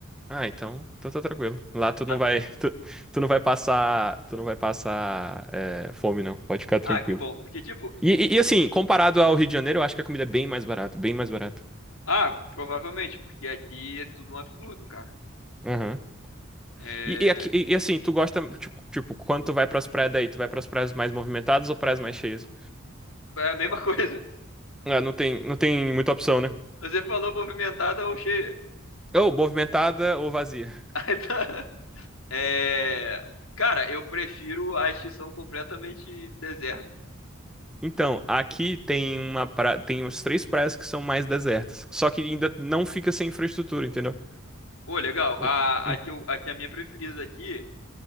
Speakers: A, in the centre; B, on the left.
A: Ah, então, então tá tranquilo. Lá tu não
B: sabe?
A: vai, <laughs> tu, tu não vai passar, tu não vai passar é, fome, não. Pode ficar tranquilo.
B: Ah, que bom, porque tipo,
A: E, e, e, assim, comparado ao Rio de Janeiro, eu acho que a comida é bem mais barata, bem mais barata.
B: ah, provavelmente, porque aqui é tudo um absurdo, cara.
A: Aham.
B: É,
A: E, e, aqui- e- e assim, tu gosta, tipo, tipo, quando tu vai pras praias daí, tu vai pras praias mais movimentadas ou praias mais cheias?
B: é a mesma <laughs> coisa.
A: Ah, não tem, não tem muita opção, né?
B: Você falou movimentada ou cheia.
A: Ou movimentada ou vazia.
B: <laughs> Aí tá. É... Cara, eu prefiro a extinção completamente deserta.
A: Então, aqui tem uma pra... tem umas três praias que são mais desertas. Só que ainda não fica sem infraestrutura, entendeu?
B: Pô, legal.
A: Hum,
B: A,
A: hum.
B: a, que eu- a que é a minha preferida aqui,